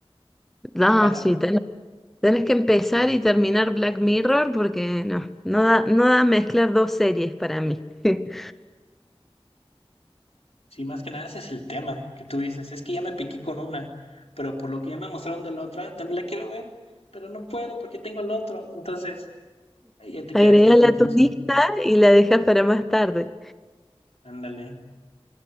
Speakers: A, on the left; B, in the centre.
A: ¿No
B: Ah,
A: te ha pasado?
B: sí, tenés Tenés que empezar y terminar Black Mirror porque no, no da, no da mezclar dos series para mí. <laughs>
A: Sí, más que nada ese es el tema, que tú dices, es que ya me piqué con una, pero por lo que ya me mostraron de la otra, también la quiero ver, pero no puedo porque tengo el otro. Entonces, ahí ya te
B: Agregala
A: quedas tú confuso.
B: a tu lista y la dejas para más tarde.
A: Ándale.